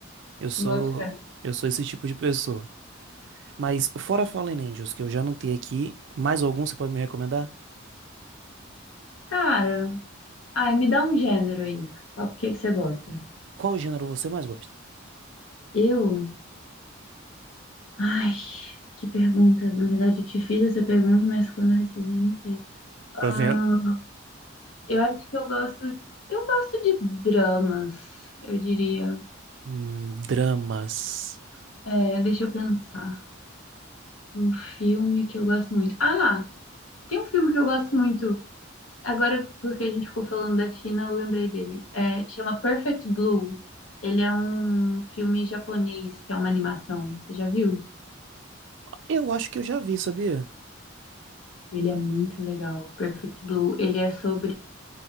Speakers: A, on the right; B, on the left.
A: Eu sou
B: boto fé.
A: eu sou esse tipo de pessoa. Mas fora Fallen Angels, que eu já não tenho aqui, mais algum você pode me recomendar?
B: Cara, ai, me dá um gênero aí. Qual que que você gosta?
A: Qual gênero você mais gosta?
B: Eu? Ai, que pergunta. Na verdade, eu te fiz essa pergunta, mas quando eu recebi, não sei. Ah,
A: Tá vendo?
B: eu acho que eu gosto. Eu gosto de dramas, eu diria.
A: Hum, dramas.
B: É, deixa eu pensar. Um filme que eu gosto muito. Ah, tem um filme que eu gosto muito. Agora, porque a gente ficou falando da China, eu lembrei dele. É, chama Perfect Blue. Ele é um filme japonês, que é uma animação. Você já viu?
A: Eu acho que eu já vi, sabia?
B: Ele é muito legal. Perfect Blue. Ele é sobre